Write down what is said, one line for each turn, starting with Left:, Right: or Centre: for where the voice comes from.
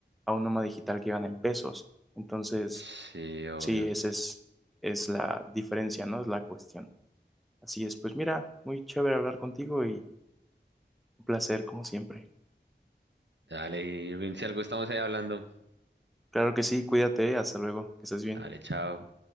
Centre: a un nómada digital que gana en pesos. Entonces
Right: Sí, obvio.
Centre: Sí, esa es, es la diferencia, ¿no? Es la cuestión. Así es, pues mira, muy chévere hablar contigo y un placer como siempre.
Right: Dale, Irving, si algo estamos ahí hablando.
Centre: Claro que sí, cuídate, hasta luego, que estés bien.
Right: Dale, chao.